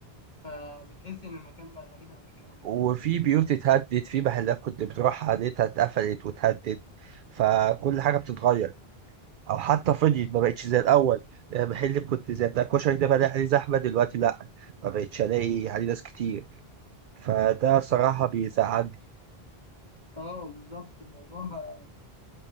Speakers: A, on the left (about 45°); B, on the right (about 60°).
A: فبتحس ان المكان بقى غريب عليك قوي
B: وفي
A: ما بقتش
B: بيوت اتهدت في محلات كنت بتروح عليها اتقفلت واتهدت فكل حاجة بتتغير أو حتى فضيت ما بقتش زي الأول يعني محل كنت زي بتاع الكشري ده بلاقي عليه زحمة دلوقتي لأ ما بقتش ألاقي عليه ناس كتير فده صراحة بيزعل
A: اه بالظبط الموضوع بقى